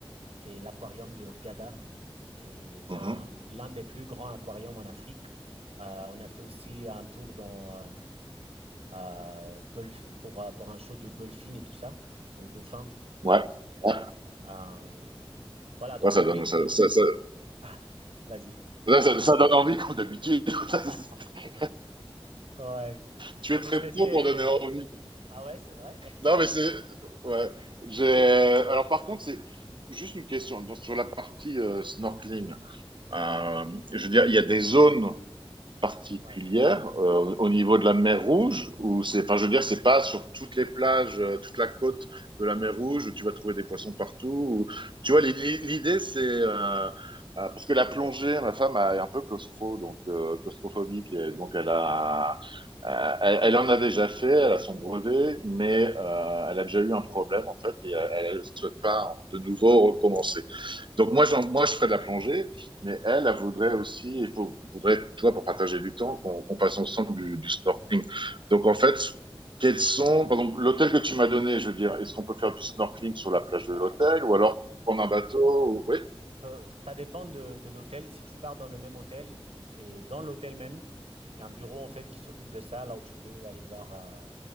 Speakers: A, on the right (about 80°); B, on the right (about 55°).
A: C'est l'aquarium de Hurghada. C'est c'est
B: Mhm.
A: un- l'un des plus grands aquariums en Afrique. Euh, on a fait aussi un tour dans, euh, euh, dolph- pour, euh, pour un show de dolphins et tout ça, des dauphins.
B: Ouais. Ouais.
A: Euh, voilà, donc
B: Ouais, ça donne,
A: les,
B: ça,
A: les...
B: ça, ça-
A: <laughs> Ah, vas-y.
B: là, ça- ça donne envie comme d'habitude. <laughs>
A: <laughs> Ouais.
B: Tu
A: Non,
B: es
A: mais
B: très
A: je te
B: pro
A: dis... des-
B: pour donner
A: des- des-
B: envie.
A: Ah ouais, c'est vrai? <laughs>
B: Non, mais c'est. Ouais. J'ai... Alors, par contre, c'est juste une question. Donc, sur la partie euh, snorkeling,
A: Mhm.
B: euh, je veux dire, il y a des zones particulière
A: Ouais,
B: euh, au niveau de la mer Rouge ou c'est enfin je veux dire c'est pas sur toutes les plages euh, toute la côte de la mer Rouge où tu vas trouver des poissons partout ou- tu vois l'i- l'idée c'est euh, euh, parce que la plongée ma femme a- est un peu claustro donc euh, claustrophobique et donc elle a euh, elle, elle en a déjà fait elle a son brevet mais euh, elle a déjà eu un problème en fait et elle, elle souhaite pas de nouveau recommencer donc moi, moi, je ferais de la plongée, mais elle, elle voudrait aussi, et pour, voudrait, toi, pour partager du temps, qu'on qu fasse
A: ouais.
B: ensemble du, du, snorkeling. Donc en fait, quels sont, par exemple, l'hôtel que tu m'as donné, je veux dire, est-ce qu'on peut faire du snorkeling sur la plage
A: Ouais,
B: de l'hôtel ou
A: bien
B: alors
A: sûr.
B: prendre un bateau Oui,
A: Euh, ça dépend de, de l'hôtel. Si tu pars dans le même hôtel, c'est dans l'hôtel même. Il y a un bureau en fait qui s'occupe de ça, là où tu peux aller voir euh,